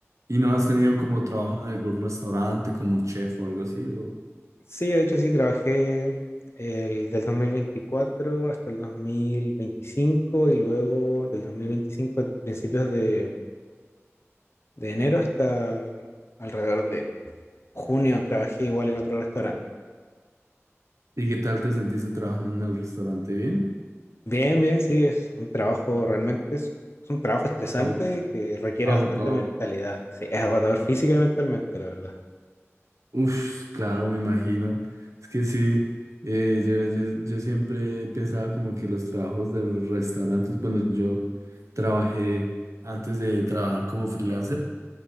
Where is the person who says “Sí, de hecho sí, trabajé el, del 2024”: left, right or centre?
Left